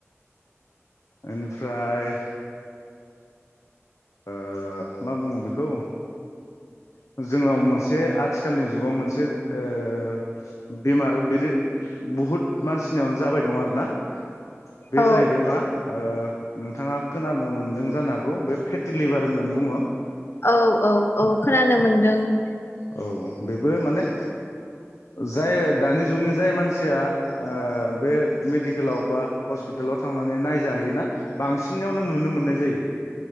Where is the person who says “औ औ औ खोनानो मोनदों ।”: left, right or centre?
Left